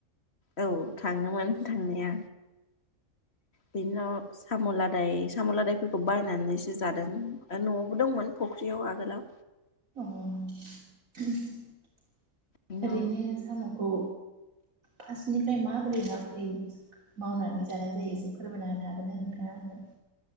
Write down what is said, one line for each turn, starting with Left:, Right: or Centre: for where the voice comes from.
Left: औ थाङोमोन नोंथा। नाया बिनि उनाव साम'लादाय साम'लादायफोरखौ बायनानैसो जादों आरो न'आवबो दंमोन फुख्रियाव आगोलाव
Right: अ <unintelligible>
Left: अ
Right: ओरैनो साम'खौ फार्स्टनिफ्राय माबोरै माबोरै मावनानै जानाय जायो एसे फोरमायना होनो हागोनना नोंथाङा आंनो?